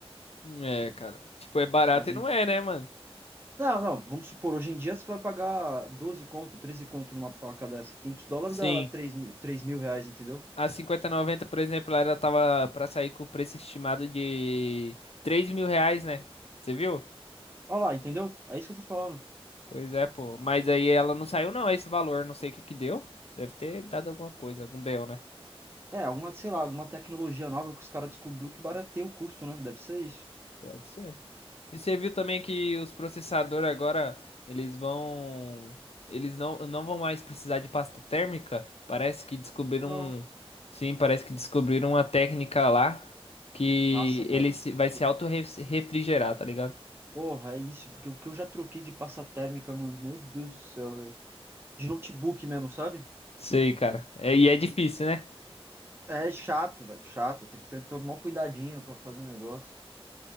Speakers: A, on the left; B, on the right.
A: É,
B: Tipo,
A: cara. Tipo, é barato
B: hoje,
A: e não é, né, mano?
B: Não, não, vamos supor, hoje em dia você vai pagar 12 conto, 13 conto numa placa dessa. Quinhentos dólares
A: Sim.
B: dá 3 mil, três mil reais, entendeu?
A: A cinquenta e noventa por exemplo, ela tava pra sair com o preço estimado de três mil reais, né? Você viu?
B: Olha lá, entendeu? É isso que eu tô falando.
A: Pois é, pô. Mas aí ela não saiu, não, esse valor. Não sei o que que deu. Deve ter dado alguma coisa, algum BO, né?
B: É, alguma, sei lá, alguma tecnologia nova que os caras descobriu que barateia o custo, né? Deve ser isso.
A: Pode ser. E você viu também que os processadores agora, eles vão, eles não, não vão mais precisar de pasta térmica? Parece que descobriram,
B: Não.
A: um- sim, parece que descobriram uma técnica lá que
B: Nossa, velho.
A: ele se- vai
B: Que-
A: se auto-refrigerar, tá ligado?
B: Porra, é isso, porque o que eu já troquei de pasta térmica, mano, meu Deus do céu, velho. De notebook mesmo, sabe?
A: Sei, cara. É, e é difícil, né?
B: É chato, velho, chato. Tem que ter, tomar cuidadinho pra fazer o negócio.